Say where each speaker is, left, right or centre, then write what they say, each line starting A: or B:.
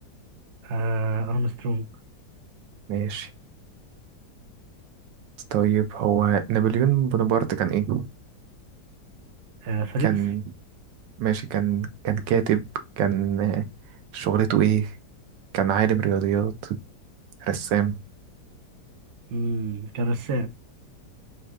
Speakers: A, on the right; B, on the right.
A: آه. ارمسترونج
B: ماشي طيب هو نابليون بونابرت كان ايه؟
A: آه. فرنسي
B: كان ماشي كان كان كاتب كان آه، شغلته ايه كان عالم رياضيات رسام
A: مم. كان رسام